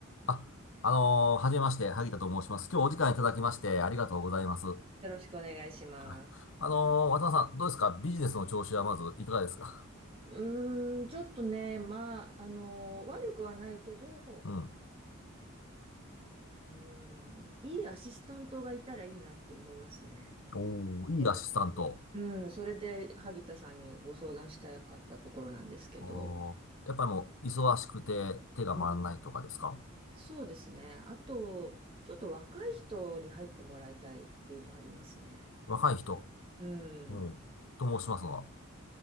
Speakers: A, on the left; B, on the right.
A: あ、あのーはじめまして、萩田と申します。今日お時間いただきましてありがとうございます。
B: よろしくお願いします。
A: はいあのー渡辺さん、どうですかビジネスの調子はまずいかがですか
B: うーん、ちょっとね、まあ、あの、悪くはないけど、
A: うん。
B: うーん、いいアシスタントがいたらいいなって思いますね。
A: おー、
B: まあ
A: いいアシスタント。
B: うん、それで萩田さんにご相談したかったところなんですけど、
A: おーやっぱりもう、忙しくて手が回らないとかですか
B: うんそうですね。あと、ちょっと若い人に入ってもらいたいっていうのはありますね。
A: 若い人。
B: うん。
A: うん。と申しますのは。